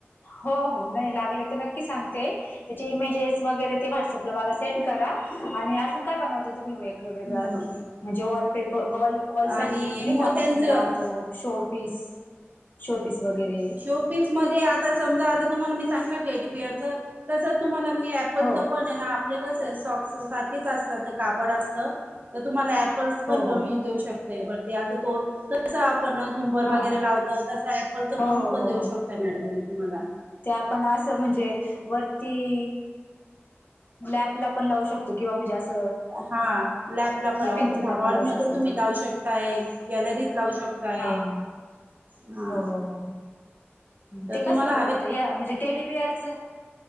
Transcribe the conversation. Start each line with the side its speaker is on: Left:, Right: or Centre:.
Left: हो हो नाही लागले तर नक्की सांगतेय. त्याचे इमेजेस वगैरे ते व्हट्सअपला वर सेंड करा आणि अजून काय बनवता. वेगं वगळं आणखी
Right: हो
Left: म्हणजे वॉलपेप वॉल वॉल
Right: आणि
Left: साठी नाही
Right: मोत्यांचं
Left: का आपण लावतो शो पीस शोपीस वगैरे
Right: शोपीस मध्ये आता समजा आता तुम्हाला मी सांगितले टेडी बेअर चे तसे तुम्हाला मी एप्पल
Left: हो
Right: च पण आहे ना आपले कसं आहेॉ कापड असतं तुम्हाला आता ॲप पल्स पण
Left: हो
Right: बनवू
Left: हो
Right: देऊ शकत. <unintelligible> पण झुंबर
Left: हां
Right: वगैरे लावतात. पल तर बवूनण
Left: हो हो हो
Right: देऊ
Left: हो
Right: शकत मॅडम तुमला
Left: ते आपण असं म्हणजे वरती ॅ आपला पण लाू शकतो किंवा मी जास्त
Right: हा लॅपला पण
Left: भिंतींना
Right: ला हॉलमध्ये
Left: पण लावू शकतो
Right: तुम्ही
Left: ते
Right: लावू शकताय. गॅलरीत लावू शकताय.
Left: हां हां हां
Right: हा
Left: हो हो हो हो
Right: तर
Left: ते
Right: तुम्हाला
Left: कसलं बनवत या म्हणजे टेडी बिअरचं